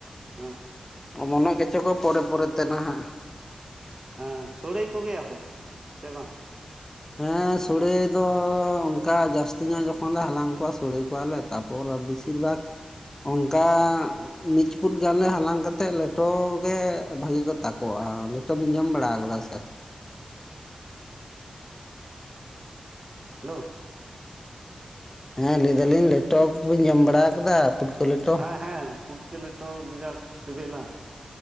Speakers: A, on the right; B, on the left.
A: ᱦᱮᱸ
B: ᱚᱢᱚᱱᱚᱜ ᱜᱮ ᱪᱚ ᱠᱚ ᱯᱚᱨᱮ ᱯᱚᱨᱮ ᱛᱮ ᱱᱟᱦᱟᱜ ᱾
A: ᱦᱮᱸ, ᱥᱳᱲᱮ ᱠᱚ ᱜᱮᱭᱟ ᱯᱮ ᱥᱮ ᱵᱟᱝ!
B: ᱦᱮᱸ, ᱥᱚᱲᱮ ᱫᱚ ᱚᱱᱠᱟ ᱡᱟᱹᱥᱛᱤ ᱧᱚᱜ ᱡᱚᱠᱷᱚᱱ ᱞᱮ ᱦᱟᱞᱟᱝ ᱠᱚᱣᱟ ᱥᱚᱲᱮ ᱠᱚᱣᱟᱞᱮ ᱾ ᱛᱟᱯᱚᱨ ᱵᱤᱥᱤᱨ ᱵᱷᱟᱜ ᱚᱱᱠᱟ ᱢᱤᱫ ᱪᱩᱯᱩᱫ ᱜᱟᱱ
A: ᱦᱮᱸ
B: ᱞᱮ ᱦᱟᱞᱟᱝ ᱠᱟᱛᱮ, ᱞᱮᱴᱚ ᱜᱮ ᱵᱷᱟᱹᱜᱤ ᱠᱚ ᱛᱟᱠᱚᱼᱟ
A: ᱪᱷᱟᱹᱛᱩ
B: ᱾ ᱞᱮᱴᱚ ᱵᱮᱱ ᱡᱚᱢ ᱵᱟᱲᱟ ᱟᱠᱟᱫᱟ ᱥᱮ?
A: ᱦᱮᱞᱳ ᱾
B: ᱦᱮᱸ, ᱞᱟᱹᱭ ᱫᱟᱹᱞᱤᱧ ᱞᱮᱴᱚ ᱠᱚ ᱵᱮᱱ ᱡᱚᱢ ᱵᱟᱲᱟ ᱟᱠᱟᱫᱟ? ᱯᱩᱴᱠᱟᱹ ᱞᱮᱴᱚ
A: ᱦᱮᱸ ᱦᱮᱸ, ᱯᱩᱴᱠᱟᱹ ᱞᱮᱴᱚ ᱵᱤᱨᱟᱴ ᱥᱤᱵᱤᱞᱟ ᱾